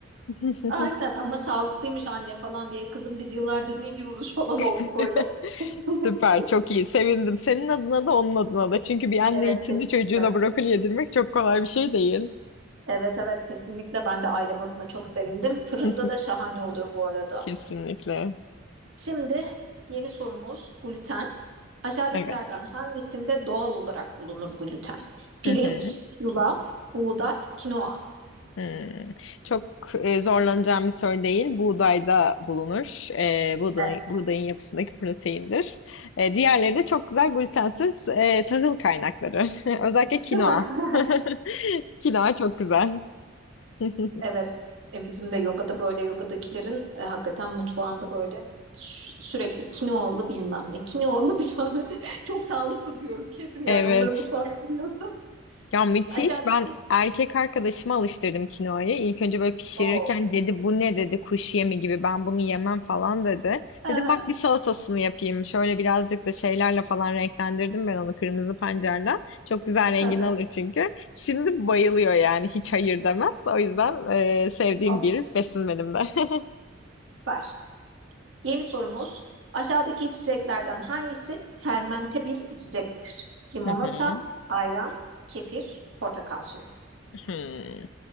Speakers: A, on the left; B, on the right.
A: <laughs>
B: Aynen ama sağlıklıymış anne falan diye. Kızım biz yıllardır ne diyoruz falan olduk
A: <laughs>
B: böyle. <laughs>
A: Süper, çok iyi. Sevindim. Senin adına da onun adına da. Çünkü bir anne
B: Evet
A: için
B: kesinlikle.
A: de çocuğuna brokoli yedirmek çok kolay bir şey değil.
B: Evet evet kesinlikle ben de ailem adına çok sevindim. Fırında
A: <laughs>
B: da şahane oluyor bu arada.
A: Kesinlikle.
B: Şimdi yeni sorumuz gluten. Aşağıdakilerden
A: Evet.
B: hangisinde doğal olarak bulunur gluten? Pirinç,
A: Hı hı.
B: yulaf, buğday, kinoa.
A: Hmm. Çok e, zorlanacağım bir soru değil. Buğdayda bulunur. E, buğday,
B: Evet.
A: buğdayın yapısındaki proteindir. E, diğerleri de çok güzel glutensiz e, tahıl kaynakları. <laughs> Özellikle kinoa.
B: Değil mi? <laughs>
A: <laughs> Kinoa çok güzel. <laughs>
B: Evet. E, Bizim de yogada böyle yogadakilerin e, hakikaten mutfağında böyle sü- sürekli kinoalı bilmem ne, kinoalı <laughs> bilmem ne. Çok sağlıklı diyorum kesin yani
A: Evet.
B: onların mutfağını biliyorsun.
A: Ya müthiş.
B: Aşağıdaki.
A: Ben erkek arkadaşıma alıştırdım kinoayı. İlk önce böyle pişirirken
B: Oo.
A: dedi bu ne dedi kuş yemi gibi ben bunu yemem falan dedi.
B: Hı
A: Dedim
B: hı,
A: bak bir salatasını yapayım. Şöyle birazcık da şeylerle falan renklendirdim ben onu kırmızı pancarla. Çok güzel rengini
B: hı hı.
A: alır çünkü. Şimdi bayılıyor yani hiç hayır demez. O yüzden e, sevdiğim
B: Oh,
A: bir besin benim de. <laughs>
B: süper. Yeni sorumuz. Aşağıdaki içeceklerden hangisi fermente bir içecektir? Limonata,
A: Hı hı.
B: ayran, kefir, portakal suyu.
A: Hmm.